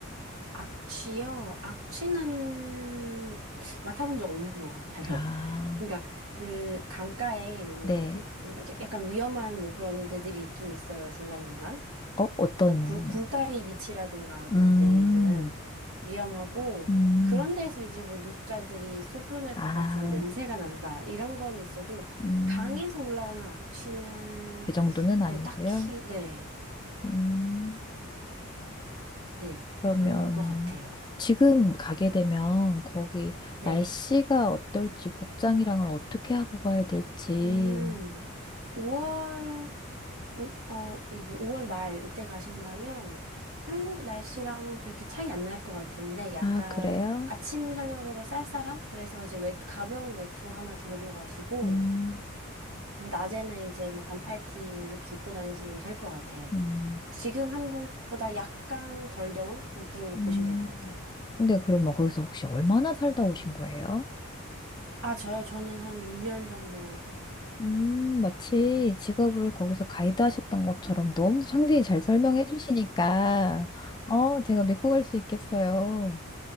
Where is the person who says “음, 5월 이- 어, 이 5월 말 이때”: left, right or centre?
Right